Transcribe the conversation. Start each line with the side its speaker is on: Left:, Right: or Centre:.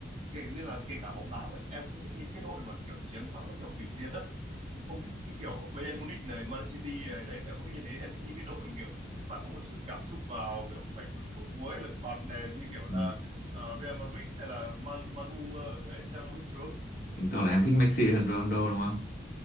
Right: Kể- nên là kể cả bóng đá vậy em không thích những cái đội mà kiểu chiến thắng nó kiểu hủy diệt á không thích cái kiểu của Bayern Munich này, Man City này, đây. em không thích như thế, em thích những cái đội mà kiểu phải có một chút cảm xúc vào kiểu phải đến phút cuối là đòn đèn như kiểu là
Left: Ừ.
Right: ờ, Real Madrid hay là Man Man U cơ, đấy xem nó mới sướng.
Left: Chứng tỏ là em thích Messi hơn Ronaldo đúng không?